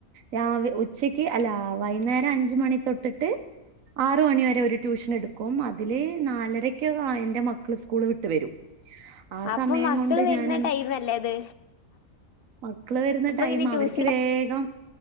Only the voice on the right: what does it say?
രാ.. ഉച്ചക്ക് അല്ലെ വൈനേരം. അഞ്ച് മണി തെട്ട്ട്ട്ആറു മണി വരെ ഒരു റ്റൂഷൻടുക്കും. അതില് നാലര ന്റെ മക്കള് സ്കൂള് വിട്ട് വരും ആ
സമയം
കൊണ്ട്
ഞാൻ എന്ത്
മക്കള് വരുന്ന
ടൈം
അവർക്ക് വേഗം